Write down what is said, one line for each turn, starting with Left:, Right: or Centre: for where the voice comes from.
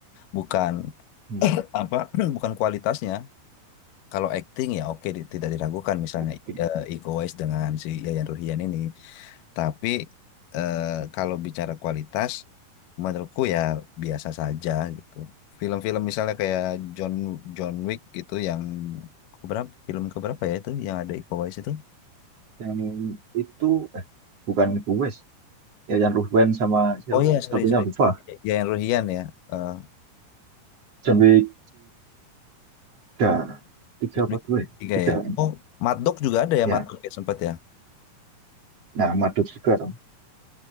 Left: bukan
Right: Hmm.
Left: apa <clears throat> bukan kualitasnya. Kalau acting ya oke di- tidak diragukan misalnya
Right: Oke.
Left: eh, Iko Uwais dengan si Yayan Ruhian ini. Tapi eh, kalau bicara kualitas, menurutku ya biasa saja gitu. Film-film misalnya kayak John John Wick gitu yang keberapa film keberapa ya itu yang ada Iko Uwais itu?
Right: Yang itu eh bukan gue. sih. Yayan Ruhyan sama siapa?
Left: Oh iya, sorry
Right: Satunya
Left: sorry.
Right: lupa.
Left: Ya yang Ruhian ya. Eh,
Right: John Wick tiga, tiga
Left: John
Right: apa
Left: Wick
Right: dua? ya?
Left: tiga
Right: Tiga.
Left: ya.
Right: kan?
Left: Oh, Mad Dog juga ada ya
Right: Ya.
Left: Mad Dog ya sempat ya.
Right: Nah, Madut juga dong.